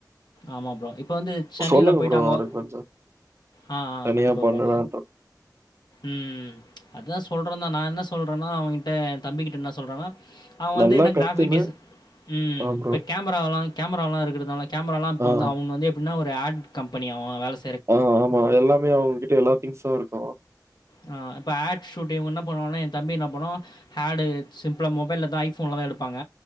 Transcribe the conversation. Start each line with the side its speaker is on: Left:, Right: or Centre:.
Left: ஆமா ப்ரோ இப்ப வந்து சென்னையில
Right: சொல்லுங்க
Left: போயிட்டாங்கோ
Right: ப்ரோ அவருக்கு கொஞ்சோ
Left: ஆ ஆ
Right: தனியா
Left: கண்டிப்பாப்பா
Right: பண்ணுடான்ட்டு
Left: ம் அதா சொல்றேன் தா நா என்ன சொல்றேனா அவங்கிட்ட ஏ தம்பிக்கிட்ட என்ன சொல்றனா அவன்
Right: நல்லா
Left: வந்து என்ன
Right: கத்துன்னு
Left: கிராஃபிடிஸ் ம்
Right: ஆ ப்ரோ
Left: இப்ப கேமராவலா கேமராலா இருக்குறதால கேமராலாம் இப்போ
Right: ஆ
Left: வந்து அவுங்க வந்து எப்ட்ன்னா ஒரு ஆட் கம்பெனி அவன் வேல செ
Right: அ ஆமா எல்லாமே அவங்ககிட்ட எல்லா திங்ஸு இருக்கும்
Left: அ இப்போ அட் ஷூட் இவங்க என்ன பண்ணுவானா ஏ தம்பி என்ன பண்ணுவா ஆடு சிம்ப்ளா மொபைல்ல தா ஐ ஃபோன்ல தா எடுப்பாங்க